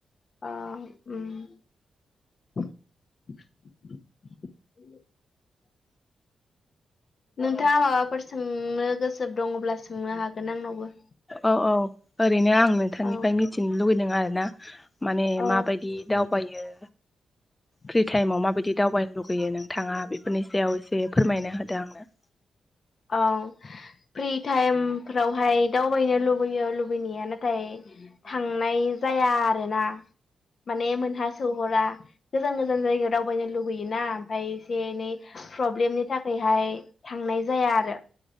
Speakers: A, on the left; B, on the left.
A: अ उम <inaudible> नोंथाङा माबाफोर सोंनो गोसो दङ'ब्ला सोंनो हागोन आंनावबो
B: औ औ ओरैनो आं नोंथांनिफ्राय
A: औ
B: मिथिनो लुुबैदों आरोना माने
A: औ
B: माबायदि दावबायो
A: <inaudible>
B: फ्रि टाइमाव माबायदि दावबायनो लुगैयो नोंथाङा बेफोरनि सायाव एसे फोरमायनो होदो आंनो।
A: औ फ्रि टाइमफ्रावहाय दावबायनो लुबैयो लुबैनाया नाथाय थांनाय जाया आरोना। माने मोनहा सौहरा गोजान गोजान जायगायाव दावबायनो लुगैयोना ओमफाय एसे एनै प्रब्लेमनि थाखायहाय थांनाय जाया आरो।